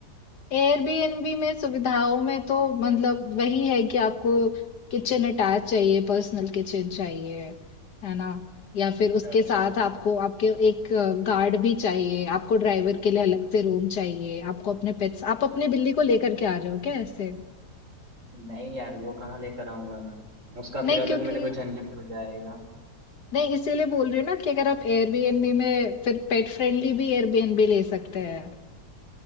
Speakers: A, on the left; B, on the right.
A: एयरबीएनबी में सुविधाओं में तो मतलब वही है कि आपको किचन अटैच चाहिए, पर्सनल किचन चाहिए, है ना? या फिर
B: अच्छा
A: उसके
B: अच्छा
A: साथ आपको आपके एक गार्ड भी चाहिए, आपको ड्राइवर के लिए अलग से रूम चाहिए, आपको अपने पेट्स आप अपनी बिल्ली को लेकर के आ रहे हो क्या ऐसे?
B: नहीं यार वो कहाँ लेकर आऊंगा मैं उसका
A: नहीं
B: फिर अलग
A: क्योंकि
B: मेरे को झंझट हो जाएगा
A: नहीं इसीलिए बोल रही हूँ ना कि अगर आप एयरबीएनबी में फिर पेट फ्रेंडली भी एयरबीएनबी ले सकते हैं।